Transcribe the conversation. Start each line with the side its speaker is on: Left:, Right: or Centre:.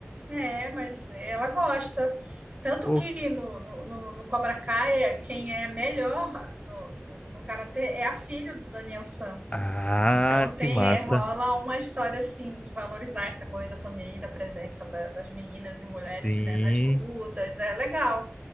Right: É, mas ela gosta. Tanto
Left: Pô,
Right: que
Left: que-
Right: no, no, no, no Cobra Kai, quem é melhor no, no, no karatê é a filha do Daniel San.
Left: Ah,
Right: Então tem,
Left: que massa.
Right: é, rola uma história assim de valorizar essa coisa também da presença da- das meninas e mulheres,
Left: Sim.
Right: né, nas lutas. É legal.